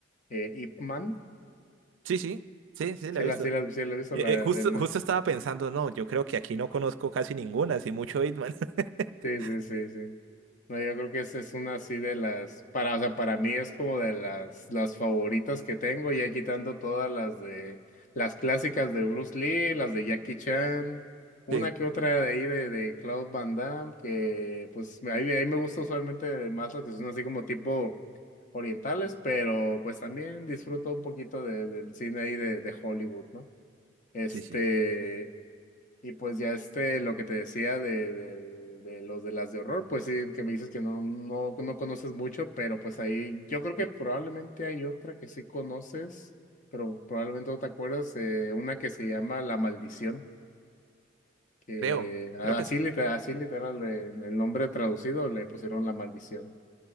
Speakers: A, on the left; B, on the right.
A: eh, Ip Man.
B: Sí, sí, sí, sí, la
A: Sí,
B: he
A: la,
B: visto.
A: sí, la, sí, la he visto,
B: Eh,
A: la
B: eh, justo,
A: de Elmer.
B: justo estaba pensando, no, yo creo que aquí no conozco casi ninguna, así mucho Hitman. <laughs>
A: Sí, sí, sí, sí. No, yo creo que esa es una así de las, para, o sea, para mí es como de las, las favoritas que tengo, ya quitando todas las de, las clásicas de Bruce Lee, las de Jackie Chan, una
B: Sí,
A: que otra de ahí de, de Claude Van Damme, que pues me- ahí, ahí me gusta usualmente más las que son así como tipo orientales, pero pues también disfruto un poquito de- del cine ahí de, de Hollywood, ¿no? Este,
B: sí, sí.
A: Y pues ya este, lo que te decía de, del- de los de las de horror, pues sí, que me dices que no, no, no conoces mucho, pero pues ahí yo creo que probablemente hay otra que sí conoces, pero probablemente no te acuerdas, eh, una que se llama La Maldición, que
B: Creo, creo
A: así
B: que sí.
A: literal, así literal, le- en el nombre traducido le pusieron La Maldición,